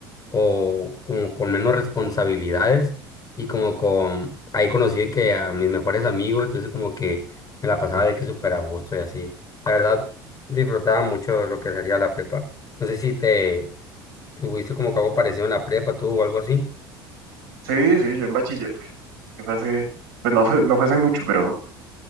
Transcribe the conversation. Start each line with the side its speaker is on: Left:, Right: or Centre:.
Left: o como con menos responsabilidades y como con, ahí conocí que a mis mejores amigos, entonces como que me la pasaba de que súper a gusto y así. La verdad, disfrutaba mucho lo que sería la prepa. No sé si te tuviste como que algo parecido en la prepa tú o algo así.
Right: Sí, sí, yo en bachiller. Sí fue hace, pues no fue, no fue hace mucho, pero